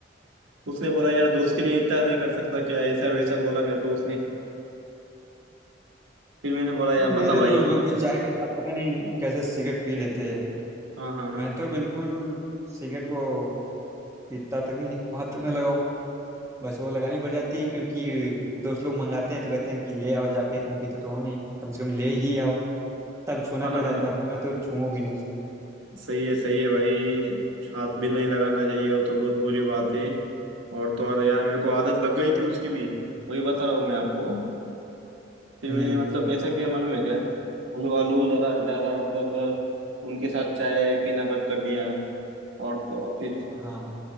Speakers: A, on the right; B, on the right.
A: उसने बोला यार दोस्त के लिए इतना नहीं कर सकता क्या ऐसा वैसा बोला मेरे को उसने फिर मैंने बोला यार बता
B: मेरे
A: भाई
B: दोस्त लोग भी चाय के साथ पता नहीं कैसे सिगरेट पी लेते हैं
A: हाँ हाँ हाँ
B: मैं तो बिल्कुल सिगरेट को पीता तक नहीं हाथ तक नहीं लगाऊं बस वो लगानी पड़ जाती है क्योंकि दोस्त लोग मंगाते हैं तो कहते हैं कि ले आओ जाके तुम पीते तो हो नहीं कम से कम ले ही आओ तब छूना
A: हाँ ना
B: पड़
A: हाँ
B: जाता
A: ना
B: है वरना मैं तो छू भी नहीं सकता।
A: सही है सही है भाई हाथ भी नहीं लगाना चाहिए वो तो बहुत बुरी बात है और तो और यार मेरे को आदत लग गई थी उसकी भी वही बता रहा हूँ मैं आपको फिर
B: हम्म
A: मैंने मतलब कैसा किया मालूम है क्या हलू हलू ज़रा ज़्यादा मतलब अ, उनके साथ चाय पीना बंद कर दिया और तो और फिर
B: हाँ